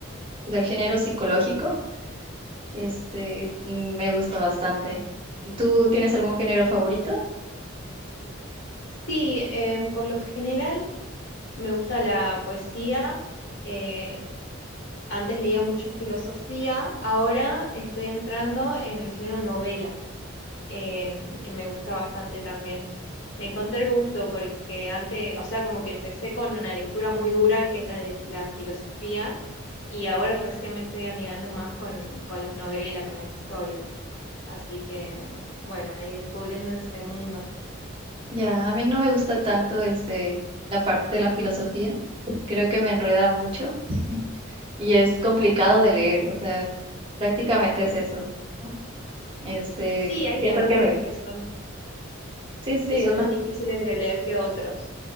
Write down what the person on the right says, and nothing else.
pues, el género psicológico. Este, me gusta bastante. ¿Tú tienes algún género favorito?
Ya, a mí no me gusta tanto este la parte de la filosofía. Creo que me enreda mucho y es complicado de leer, o sea, prácticamente es eso, ¿no? Este,
siento
que me
Sí, sí, sí,
o sea,